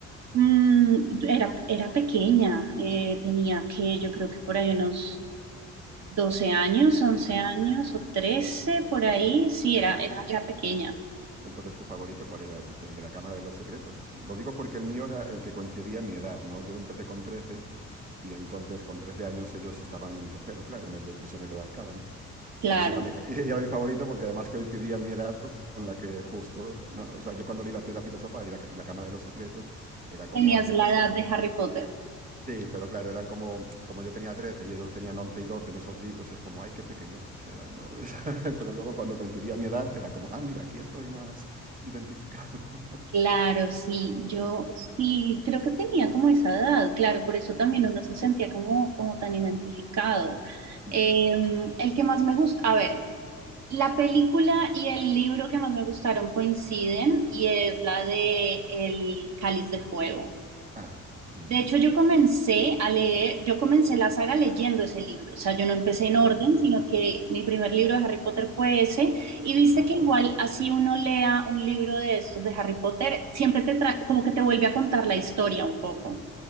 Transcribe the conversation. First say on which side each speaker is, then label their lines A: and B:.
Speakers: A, on the right (about 60°); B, on the right (about 25°).
A: Mm, era, era pequeña, eh, tenía que, yo creo que por ahí unos 12 años, once
B: Ah,
A: años o 13 por ahí, sí, era,
B: vale.
A: era, era pequeña,
B: Entonces, ¿tu favorito cuál era? ¿El, el de la Cámara de los Secretos? Lo digo porque el mío era el que coincidía a mi edad, ¿no? Yo empecé con 13 y entonces con 13 años ellos estaban en tercero, claro, en el del prisionero de Azkaban.
A: claro.
B: Y ese era mi, fa- <laughs> y era mi favorito porque además coincidía mi edad co- con la que justo, ¿no? O sea, yo cuando leí La Piedra Filosofal y la, y la Cámara de los Secretos, era como,
A: Tenías
B: ay,
A: la
B: estos
A: edad
B: son...
A: de Harry Potter.
B: Sí, pero claro, eran como, como yo tenía 13 y ellos tenían 11 y 12 en esos libros, es como, ay, qué pequeños eran, ¿no? <laughs> O sea, Pero luego cuando coincidía mi edad, era como, ah, mira, aquí estoy más identificado. <laughs>
A: Claro, sí, yo sí creo que tenía como esa edad, claro, por eso también
B: Mm,
A: uno se sentía como, como tan identificado.
B: ya.
A: Eh, el que más me gusta, a ver, la película y el libro que más me gustaron coinciden y es la de El Cáliz de Fuego.
B: Ah, mm,
A: De hecho, yo comencé
B: ya.
A: a leer, yo comencé la saga leyendo ese libro, o sea, yo no empecé en orden,
B: ah,
A: sino que mi primer libro de Harry Potter fue ese, y viste
B: ah,
A: que
B: wow.
A: igual así uno lea un libro de estos de Harry Potter, siempre te trae, como que te vuelve a contar la historia un poco,